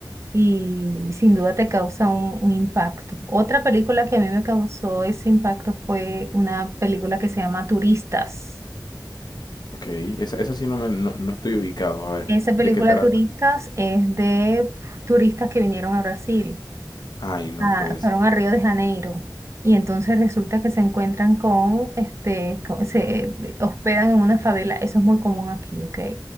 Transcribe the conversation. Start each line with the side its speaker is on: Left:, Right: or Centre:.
Right: Y sin duda te causa un, un impacto. Otra película que a mí me causó ese impacto fue una película que se llama Turistas.
Left: Ok, esa, esa sí no, me, no, no estoy ubicado. A ver,
Right: Esa película
Left: ¿de qué trata?
Right: Turistas es de turistas que vinieron a Brasil,
Left: Ay, no
Right: a-
Left: puede
Right: fueron
Left: ser.
Right: a Río de Janeiro y entonces resulta que se encuentran con, este, con- se hospedan en una favela, eso es muy común aquí, ¿ok?